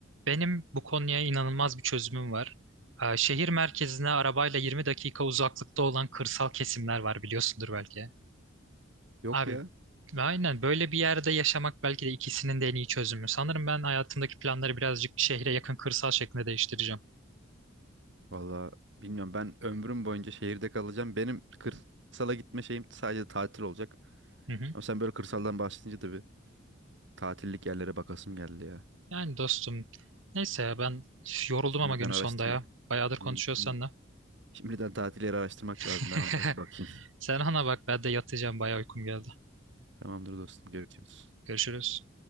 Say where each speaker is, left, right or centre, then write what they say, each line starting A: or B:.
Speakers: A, on the right; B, on the right.
A: Benim bu konuya inanılmaz bir çözümüm var. Ee, Şehir merkezine arabayla 20 dakika uzaklıkta olan kırsal kesimler var biliyorsundur belki.
B: Yok
A: Abi
B: ya.
A: aynen böyle bir yerde yaşamak belki de ikisinin de en iyi çözümü. Sanırım ben hayatımdaki planları birazcık şehre yakın kırsal şeklinde değiştireceğim.
B: Valla bilmiyorum ben ömrüm boyunca şehirde kalacağım. Benim kırsala gitme şeyim sadece tatil olacak.
A: Hı hı.
B: Ama sen böyle kırsaldan bahsedince de bir tatillik yerlere bakasım geldi ya.
A: Yani dostum neyse ya ben üf, yoruldum
B: Şimdiden
A: ama günün
B: araştırmak.
A: sonunda ya. Bayağıdır konuşuyoruz
B: Hmm, Şimdi,
A: seninle.
B: şimdiden tatil yeri araştırmak
A: <laughs>
B: lazım. Ben onlara bir bakayım.
A: Sen ana bak ben de yatacağım bayağı uykum geldi.
B: Tamamdır dostum. Görüşürüz.
A: Görüşürüz.